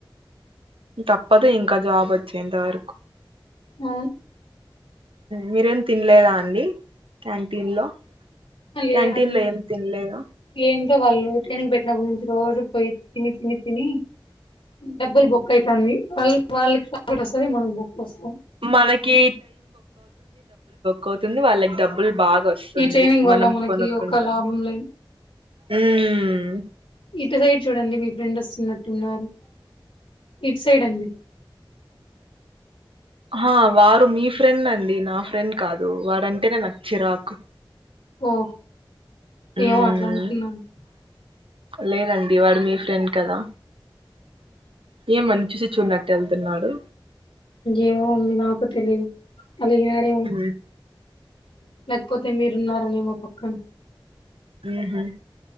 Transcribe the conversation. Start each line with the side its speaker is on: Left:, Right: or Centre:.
Right: తప్పదు ఇంక జాబ్ వచ్చేంత వరకు
Left: ఆ
Right: మీరేమి తినలేదా అండి క్యాంటీన్ లో?
Left: అ లేదండి
Right: క్యాంటీన్ లో ఏం తినలేదా
Left: ఏంటో వాళ్ళు ఊకెనే బె డబడు నుంచి రోజు పోయి తిని తిని తిని డబ్బులు బుక్ అయితంది వాళ్ళ వాళ్ళకి <inaudible> వస్తది మనం బక్ వస్తాం
Right: మనకి కోతుంది వాళ్ళకి డబ్బులు బాగా వస్తుంది
Left: ఈ ట్రైనింగ్ వల్ల
Right: మనం
Left: మనకి
Right: కొనుక్కుంటాం.
Left: ఒక లాభం లేదు
Right: మ్
Left: ఇటు సైడ్ చూడండి మీ ఫ్రెండ్ వస్తున్నట్టున్నారు ఇట్ సైడ్ అండి
Right: ఆ వారు మీ ఫ్రెండ్ అండి నా ఫ్రెండ్ కాదు వడంటేనే నాకు చిరాకు
Left: ఓ
Right: మ్మ్
Left: ఏమో అట్లా అనుకున్నాను
Right: లేదండి వాడు మీ ఫ్రెండ్ కదా ఏమని చూసి చూడనట్టు వెళ్తున్నాడు
Left: ఎమో ఉంది నాకు తెలిదు అలీగినాడేమొ
Right: ఉహు
Left: లేకపోతే మీరున్నారనేమొ పక్కన
Right: మ్ హు